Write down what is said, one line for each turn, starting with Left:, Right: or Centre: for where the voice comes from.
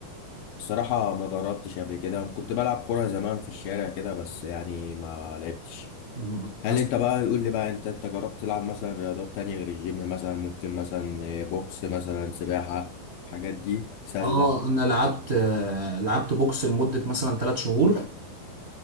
Left: الصراحة ما جربتش قبل كده كنت بلعب كورة زمان في الشارع كده بس يعني ما لعبتش
Right: مم.
Left: هل
Right: أص-
Left: انت بقى يقول لي بقى انت انت جربت تلعب مثلا رياضات تانية غير الجيم مثلا ممكن مثلا آه، بوكس مثلا سباحة الحاجات دي سلة
Right: اه انا لعبت آه، لعبت بوكس لمدة مثلا ثلاث شهور